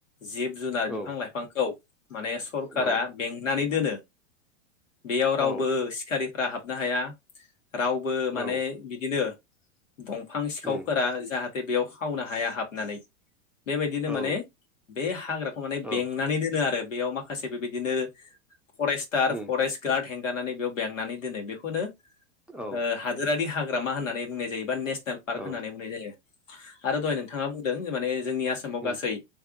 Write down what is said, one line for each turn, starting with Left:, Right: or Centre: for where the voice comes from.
Left: जिब जुनार
Centre: औ
Left: बिफां लाइफांखौ माने सरखारा
Centre: औ
Left: बेंनानै दोनो। बेयाव रावबो
Centre: औ
Left: सिखारिफ्रा हाबनो हाया रावबो माने
Centre: औ
Left: बि दिनो दंफां सिखावफोरा
Centre: उम
Left: जाहाथे बेयाव खावनो हाया हाबनानै। बेबायदिनो
Centre: औ
Left: माने बे हाग्राखौ माने बेंनानै
Centre: औ
Left: दोनो आरो बेयाव माखासे बेबायदिनो फरेस्टार
Centre: उम
Left: फरेस्ट गार्ड हेंगारनानै बेयाव बेंनानै दोनो बेखौनो
Centre: औ
Left: ओ हादोरारि हाग्रामा होननानै बुंनाय जायो बा नेसनेल पार्क
Centre: औ
Left: होननानै बुंनाय जायो आरो दहय नोंथाङा बुं दों माने जोंनि आसामाव
Centre: उम
Left: गासै